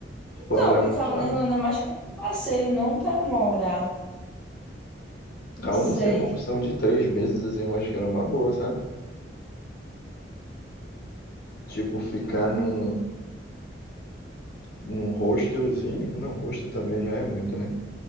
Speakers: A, in the centre; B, on the left.
A: Então,
B: foram gravados
A: eu pensava
B: lá.
A: na Irlanda mais como um passeio, não pra morar. Não
B: Ah, eu
A: sei.
B: não sei, uma opção de três meses, assim, eu acho que era uma boa, sabe? Tipo, ficar num, num hostelzinho. Não, hostel também já é muito, né?